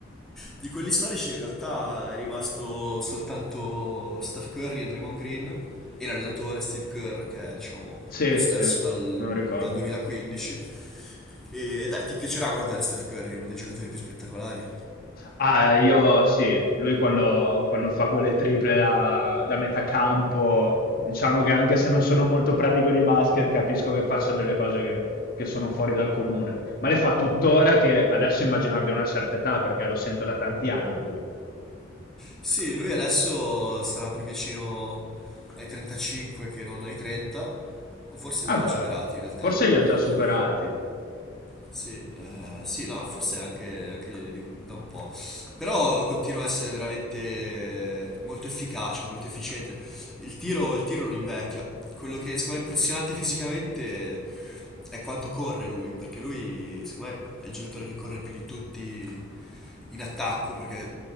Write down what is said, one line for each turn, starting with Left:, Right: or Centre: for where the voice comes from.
Centre: Di quelli storici in realtà è rimasto soltanto Steph Curry e Draymond Green e l'allenatore Steve Kerr che è diciamo
Left: Sì,
Centre: lo stesso
Left: sì, me
Centre: dal,
Left: lo ricordo.
Centre: dal 2015. E dai, ti piacerà guardare Steph Curry, è uno dei giocatori più spettacolari.
Left: Ah, io sì, lui quando, quando fa quelle triple da, da metà campo, diciamo che anche se non sono molto pratico di basket, capisco che faccia delle cose che, che sono fuori dal comune. Ma le fa tuttora che adesso immagino abbia una certa età, perché lo sento da tanti anni lui.
Centre: Sì, lui adesso sarà più vicino ai 35 che non ai 30, o forse
Left: Ah,
Centre: li ha
Left: beh,
Centre: già superati
Left: dai,
Centre: in realtà.
Left: forse li ha già
Centre: eh,
Left: superati.
Centre: sì, eh, sì, no, forse anche, anche di un- da un po', però continua a essere veramente molto efficace, molto efficiente. Il tiro, il tiro non invecchia. Quello che secondo me è impressionante fisicamente è quanto corre lui, perché lui, secondo me, è il giocatore che corre più di tutti in attacco, perché